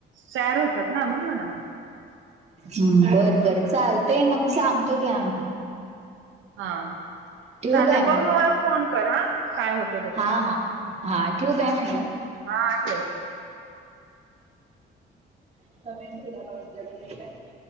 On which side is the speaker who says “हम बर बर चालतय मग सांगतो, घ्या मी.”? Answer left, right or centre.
Right